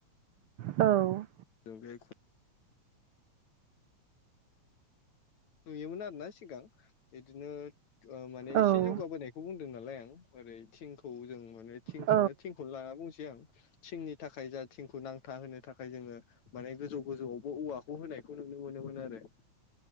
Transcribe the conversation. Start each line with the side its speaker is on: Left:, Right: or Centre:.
Right: औ
Left: जों बे नुयोमोन आरो ना सिगां बिदिनो माने एसे
Right: औ औ
Left: जौगाबोनाय बेखौ बुंदों नालाय आं ओरै थिंखौ जों माने थिंखौनो
Right: औ
Left: थिंखौनो लाना बुंसै आं थिंनि थाखाय जा थिंखौ नांथा होनो थाखाय जोङो माने गोजौ गोजौयावबो औवाखौ होनायखौ नुनो मोनोमोन आरो